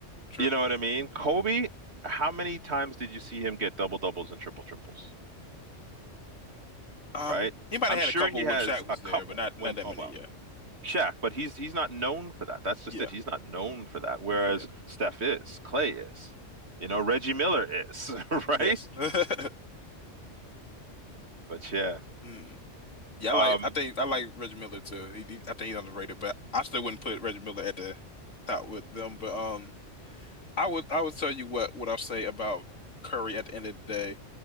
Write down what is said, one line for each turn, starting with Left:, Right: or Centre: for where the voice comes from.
Left: True.
Right: You know what I mean? Kobe, how many times did you see him get double doubles and triple triples?
Left: Um,
Right: Right?
Left: he might
Right: I'm
Left: have had
Right: sure
Left: a couple
Right: he has
Left: when Shaq was
Right: a couple
Left: there, but not
Right: when,
Left: not that
Right: oh
Left: many.
Right: well,
Left: Yeah.
Right: Shaq, but he's he's not known for that. That's just
Left: Yeah.
Right: it. He's not known for that. Whereas
Left: Yeah.
Right: Steph is, Clay is, you know, Reggie Miller is, <laughs> right?
Left: Yes. <laughs>
Right: But yeah,
Left: Hmm. Yeah,
Right: um,
Left: I like I think I like Reggie Miller too. He, he- I think he's underrated, but I still wouldn't put Reggie Miller at the top with them. But um, I would I would tell you what what I'll say about Curry at the end of the day.